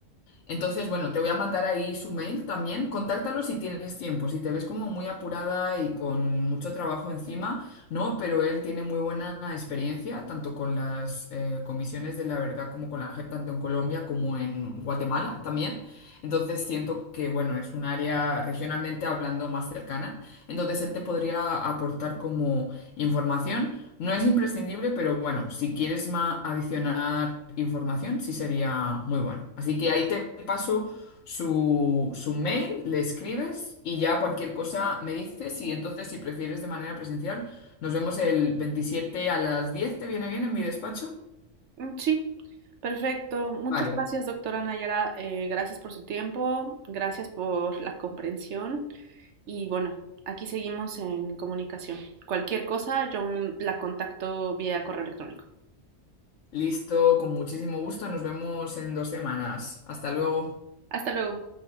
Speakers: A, on the left (about 80°); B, on the right (about 70°).
A: Entonces, bueno, te voy a mandar ahí su mail también. Contáctalo si tienes tiempo, si te ves como muy apurada y con mucho trabajo encima, no, pero él tiene muy buena experiencia, tanto con las eh, comisiones de la verdad como con la gente, tanto en Colombia como en Guatemala también. Entonces, siento que, bueno, es un área regionalmente hablando más cercana. Entonces, él te podría aportar como información. No es imprescindible, pero bueno, si quieres ma- adicionar información, sí sería muy bueno. Así que ahí te paso su, su mail, le escribes y ya cualquier cosa me dices. Y entonces, si prefieres de manera presencial, nos vemos el 27 a las 10. ¿Te viene bien en mi despacho?
B: Mm, Sí, perfecto. Muchas
A: Vale.
B: gracias, doctora Nayara. Eh, gracias por su tiempo, gracias por la comprensión. Y bueno, aquí seguimos en comunicación. Cualquier cosa, yo mm, la contacto vía correo electrónico.
A: Listo, con muchísimo gusto. Nos vemos en dos semanas. Hasta luego.
B: Hasta luego.